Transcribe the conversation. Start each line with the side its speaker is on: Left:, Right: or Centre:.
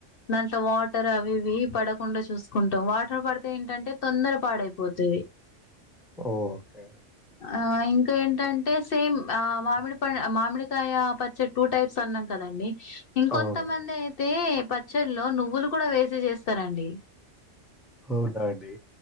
Left: దాంట్లో వాటర్ అవి ఇవి పడకుండా చూస్త కుంటాం వాటర్ పడితే ఏంటంటే తొందర పాడైపోతుంది
Centre: ఓకే.
Left: ఆ ఇంకా ఏంటంటే సేమ్ ఆ మామిడి ప మామిడి ా పచ్చ టూ టైస్ అన్న కదండి ఇంకొంతమంది
Centre: అవును.
Left: అయితే పచ్చడిలో నువ్వులు కూడా వేసి చేస్త ఇస్తారండి
Centre: అవునా అండి